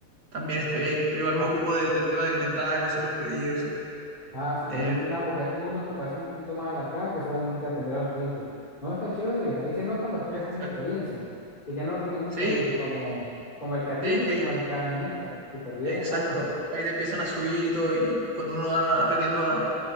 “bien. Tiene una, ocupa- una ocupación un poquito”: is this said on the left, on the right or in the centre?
Left